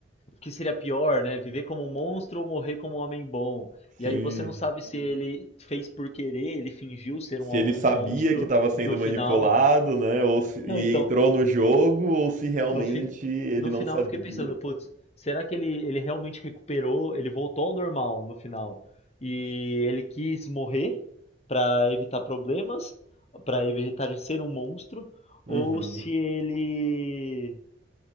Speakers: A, on the left; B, on the right.
A: que seria pior, né? Viver como um monstro ou morrer como um homem bom.
B: Sim,
A: E aí você não sabe se ele fez por querer, ele fingiu ser
B: se
A: um, homem-
B: ele sabia
A: um monstro
B: que estava sendo
A: no final.
B: manipulado, né? Ou se, e
A: Não, então,
B: entrou no jogo, ou se realmente
A: No, fi-
B: ele
A: no
B: não
A: final
B: sabia.
A: eu fiquei pensando, putz, será que ele, ele realmente recuperou? Ele voltou ao normal no final. E ele quis morrer pra evitar problemas, pra evitar de ser um monstro,
B: Uhum,
A: ou se ele.